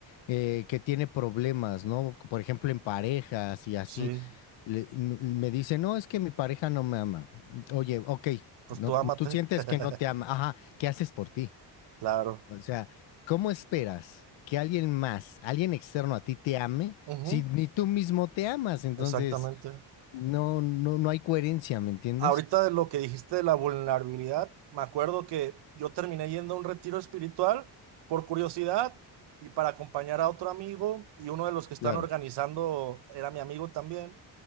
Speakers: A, on the left (about 85°); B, on the right (about 65°).
A: eh, que tiene problemas, ¿no? Por ejemplo, en parejas y así.
B: sí,
A: le- m- me dice, no, es que mi pareja no me ama. Oye, ok,
B: pues
A: no,
B: tú
A: tú
B: ámate.
A: sientes
B: <laughs>
A: que no te ama. Ajá, ¿qué haces por ti?
B: Claro,
A: O sea, ¿cómo esperas que alguien más, alguien externo a ti te ame
B: Ujú,
A: si ni tú mismo te amas? Entonces,
B: exactamente.
A: no, no, no hay coherencia, ¿me entiendes?
B: Ahorita de lo que dijiste de la vulnerabilidad, me acuerdo que yo terminé yendo a un retiro espiritual por curiosidad y para acompañar a otro amigo y uno de los que están
A: Claro.
B: organizando era mi amigo también.